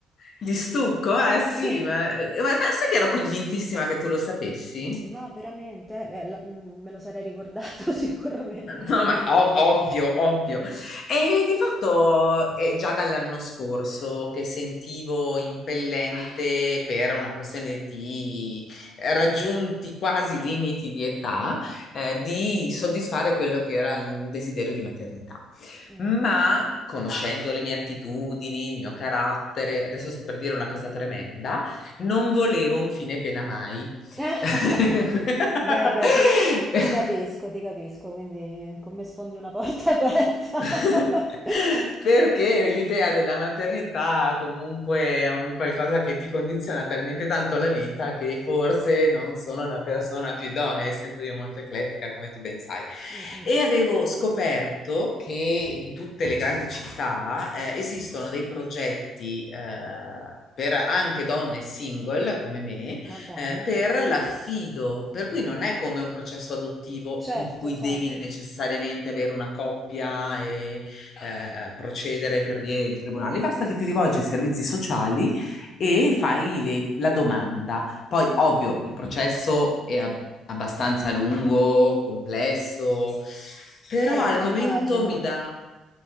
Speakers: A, on the left; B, in the centre.
A: Di stucco? Eh sì,
B: Sì,
A: ma, eh, ma sai che ero convintissima che tu lo sapessi?
B: no, veramente, eh, beh, la- mm, me lo sarei ricordato <laughs> sicuramente.
A: No, ma ov- ovvio, ovvio. E di fatto è già dall'anno scorso che sentivo impellente per una questione di raggiunti quasi limiti di età, eh, di soddisfare quello che era il desiderio di maternità.
B: Mm.
A: ma conoscendo le mie attitudini, il mio carattere, adesso sto per dire una cosa tremenda, non volevo un fine pena mai.
B: <laughs>
A: <laughs>
B: Beh, beh, ti, ti capisco, ti capisco, quindi con me sfondi una porta <laughs> aperta.
A: <laughs> Perché l'idea della maternità comunque è un qualcosa che ti condiziona talmente tanto la vita che forse non sono la persona più idonea, essendo io molto eclettica, come tu ben sai.
B: Mh-mh.
A: E avevo scoperto che in tutte le grandi città eh, esistono dei progetti eh, per anche donne single come me
B: Ma dai.
A: eh, per l'affido, per cui non è come un processo adottivo
B: Certo,
A: in cui
B: certo.
A: devi necessariamente avere una coppia e eh, procedere per via del tribunale, basta che ti rivolgi ai servizi sociali e fai le- la domanda. Poi,
B: Mh,
A: ovvio,
B: mh, mh.
A: il processo è ab- abbastanza lungo, complesso, però
B: Certo,
A: al
B: immagino.
A: momento mi dà...